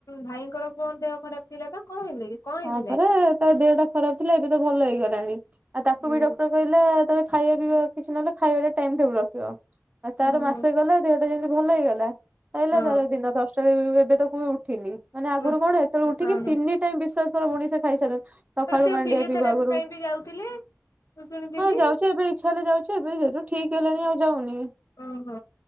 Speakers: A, on the left; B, on the right.
A: ଭାଇଙ୍କର କଣ ଦେହ ଖରାପ ଥିଲା ବା କଣ ହେଲେ କି? କଣ ହେଇଥିଲା
B: ହଁ ପରା
A: କି?
B: ତା ଦେହଟା ଖରାପ ଥିଲା ଏବେ ତ ଭଲ ହେଇଗଲାଣି ଆଉ ତାକୁ
A: ହୁଁ
B: ବି ଡକ୍ଟର କହିଲେ ମେ ଖାଇବା ପିଇବା କିଛି ନହେଲେ ଖାଇବା ଟାଇମ ଟେବଲ ରଖିବଉ
A: ହୁଁ
B: ତାର ମାସେ
A: ହୁଁ
B: ଗଲେ। ଟ ଯେମିତି ଭଲ ହେଇଗଲା କହିଲଲା
A: ହଁ
B: ତାର ଦିନ ତଟ ଏବେ ତ କ ବି ଉଠିନି। ମାନେ ଆଗରୁ
A: ଉଁ
B: କଣ ଏତେବେଳେ ଉଠିକି
A: ହଁ ହଁ
B: ତିନି ଟାଇମ ବିଶ୍ଵାସ କର ମଣିଷ ଖାଇସାର ସକାଳୁ
A: ତ ସେ
B: ମାଣ୍ଡିଆ
A: ଫିଜିଓଥେରାପି
B: ପିଇବା ଆଗରୁ
A: ପାଇଁ ବି ଯାଉଥିଲେ ମୁଁ ଶୁଣିଥିଲି
B: ହଁ ଯାଉଛି ଏବେ ଇଛା ହେଲେ ଯାଉଛି ଏବେ ଯେହେତୁ ଠିକ ହେଲାଣି ଆଉ ଯାଉନି।
A: ଓହୋ